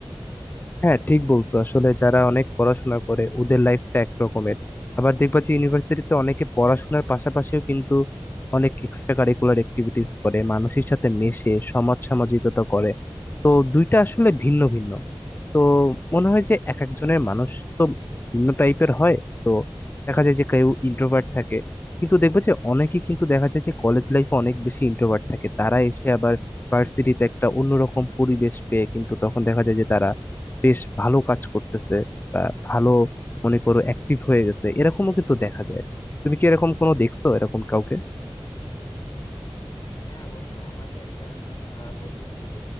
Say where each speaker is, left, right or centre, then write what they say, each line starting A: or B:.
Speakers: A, on the left (about 25°); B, on the left (about 50°).
A: হ্যাঁ ঠিক বলছো আসলে যারা অনেক পড়াশোনা করে ওদের লাইফটা একরকমের আবার দেখবা যে ইউনিভার্সিটিতে অনেকে পড়াশোনার পাশাপাশিও কিন্তু অনেক এক্সট্রা কারিকুলার অ্যাক্টিভিটিস করে মানুষের সাথে মেশে সমাজ সামাজিকতা করে তো দুইটা আসলে ভিন্ন ভিন্ন তো মনে হয় যে এক একজনের মানুষ তো ভিন্ন টাইপের হয় দেখা যায় যে কেউ ইন্ট্রোভার্ট থাকে কিন্তু দেখবে যে অনেকেই কিন্তু দেখা যায় যে কলেজ লাইফে অনেক বেশি ইন্ট্রোভার্ট থাকে তারা এসে আবার ভার্সিটিতে একটা অন্যরকম পরিবেশ পেয়ে কিন্তু তখন দেখা যায় যে তারা বেশ ভালো কাজ করতেছে বা ভালো মনে করো অ্যাক্টিভ হয়ে গেছে এরকমও কিন্তু দেখা যায় তুমি কি এরকম কোনো দেখছো এরকম কাউকে
B: হ্যাঁ বন্ধু আমারই একটা আহ, বন্ধু ছিল